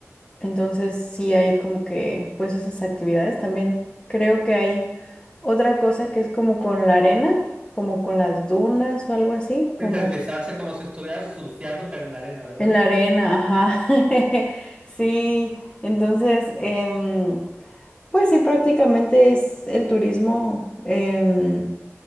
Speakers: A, on the left; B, on the right.
A: Entonces sí hay como que pues esas actividades. También creo que hay otra cosa que es como con la arena, como con las dunas o algo así, como
B: Es Deslizarse como si estuvieras surfeando, pero en arena, ¿verdad?
A: en la arena, ajá. <laughs> Sí, entonces em, pues sí prácticamente es el turismo. em,